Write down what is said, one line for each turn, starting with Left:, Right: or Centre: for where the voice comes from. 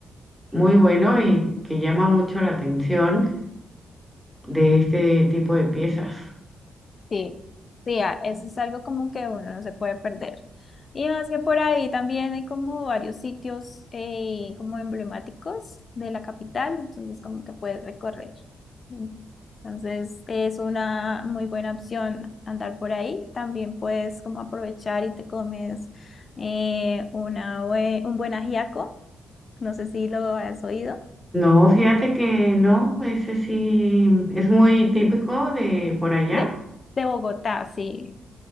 Centre: muy bueno y que llama mucho la atención de este tipo de piezas.
Left: Sí, sí, a- eso es algo como que uno no se puede perder. Y más que por ahí también hay como varios sitios eh, como emblemáticos de la capital, entonces como que puedes recorrer. Mm. Entonces es una muy buena opción andar por ahí. También puedes como aprovechar y te comes eh, una bue- un buen ajiaco, no sé si lo has oído,
Centre: No, fíjate que no, ese sí es muy típico de por allá.
Left: de, de Bogotá, sí.